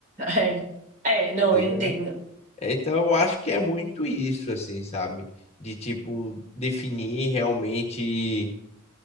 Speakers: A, on the right; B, on the left.
A: é. É, não,
B: Entendeu?
A: eu entendo.
B: Então eu acho que é muito isso, assim, sabe? De tipo, definir realmente